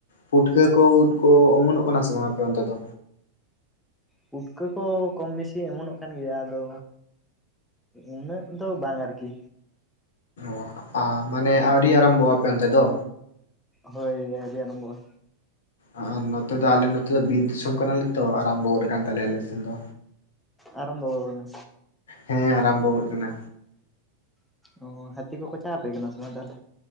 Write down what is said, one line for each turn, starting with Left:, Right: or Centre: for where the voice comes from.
Left: ᱯᱩᱴᱠᱟᱹ ᱠᱚ ᱩᱫ ᱠᱚ ᱚᱢᱚᱱᱚᱜ ᱠᱟᱱᱟ ᱥᱮ ᱵᱟᱝ ᱟᱯᱮ ᱚᱱᱛᱮ ᱫᱚ
Centre: ᱯᱩᱴᱠᱟᱹ ᱠᱚ ᱠᱚᱢ ᱵᱤᱥᱤ ᱚᱢᱚᱱᱚᱜ ᱠᱟᱱ ᱜᱮᱭᱟ ᱟᱫᱚ ᱩᱱᱟᱹᱜ ᱫᱚ ᱵᱟᱝ ᱟᱨᱠᱤ
Left: ᱚᱻ ᱟᱻ ᱢᱟᱱᱮ ᱟᱣᱰᱤ ᱟᱨᱟᱢᱵᱷᱚᱜᱼᱟ ᱟᱯᱮ ᱚᱱᱛᱮ ᱫᱚ
Centre: ᱦᱳᱭ ᱟᱹᱣᱨᱤ ᱟᱨᱟᱢᱵᱚᱜᱼᱟ
Left: ᱟᱨ ᱱᱚᱛᱮ ᱫᱚ ᱟᱞᱮ ᱱᱚᱛᱮ ᱫᱚ ᱵᱤᱨ ᱫᱤᱥᱚᱢ ᱠᱟᱱᱟᱞᱮ ᱛᱚ ᱟᱨᱟᱢᱵᱚ ᱜᱟᱫ ᱠᱟᱱ ᱛᱟᱞᱮᱭᱟ ᱟᱞᱮ ᱥᱮᱱ ᱫᱚ
Centre: ᱟᱨᱟᱢᱵᱚ ᱜᱚᱜ ᱠᱟᱱᱟ
Left: ᱦᱮᱸ ᱟᱨᱟᱢᱵᱚ ᱜᱚᱫ ᱠᱟᱱᱟ
Centre: ᱚᱻ ᱦᱟᱹᱛᱤ ᱠᱚᱠᱚ ᱪᱟ ᱟᱯᱮ ᱠᱟᱱᱟ ᱥᱮ ᱵᱟᱝ ᱛᱟᱦᱞᱮ